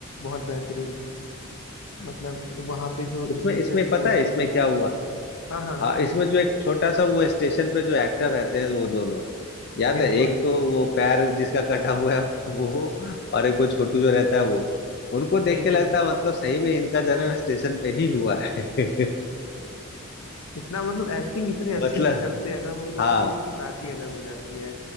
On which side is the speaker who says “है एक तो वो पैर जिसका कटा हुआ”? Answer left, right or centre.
Left